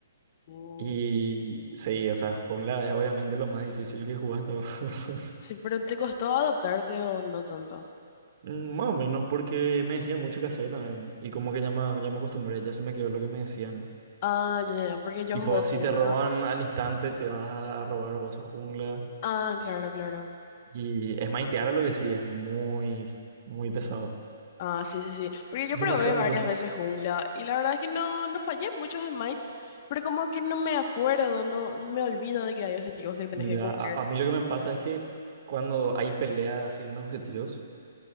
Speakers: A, on the left; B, on the right.
A: Mm,
B: Y sí, o sea, jungla es obviamente lo más difícil que jugué hasta ahora. <laughs>
A: Sí, pero ¿te costó adaptarte o no tanto?
B: Mm, Más o menos, porque me decían mucho que hacer también. Y como que ya me, ya me acostumbré, ya se me quedó lo que me decían.
A: Ah, ya, ya, ya, porque yo
B: Y
A: jugué
B: pues,
A: jungla.
B: si te roban al instante, te vas a robar vos su jungla.
A: Ah, claro, claro.
B: Y es maitear lo que sí, es muy, muy pesado.
A: Ah, sí, sí, sí. Porque yo
B: Demasiado
A: probé varias
B: me cuesta.
A: veces jungla y la verdad es que no, no fallé muchos smites, pero como que no me acuerdo, no me olvido de que hay objetivos que tenés
B: Ya,
A: que cumplir.
B: a, a mí lo que me pasa es que cuando hay peleas así en los objetivos,